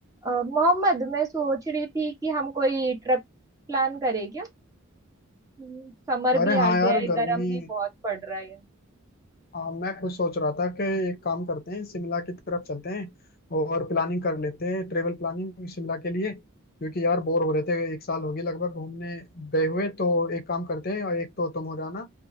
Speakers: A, on the right (about 15°); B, on the left (about 45°).
A: अ, मोहम्मद मैं सोच रही थी कि हम कोई ट्रिप प्लान करें क्या हम्म, समर
B: अरे
A: भी आ
B: हाँ
A: गया
B: यार
A: है
B: गर्मी
A: गर्म भी बहुत पड़ रहा है
B: हाँ मैं खुद सोच रहा था कि एक काम करते हैं शिमला की तरफ चलते हैं और प्लानिंग कर लेते हैं ट्रेवल प्लानिंग शिमला के लिए क्योंकि यार बोर हो रहे थे एक साल होगी लगभग घूमने गए हुए तो एक काम करते हैं और एक तो तुम हो जाना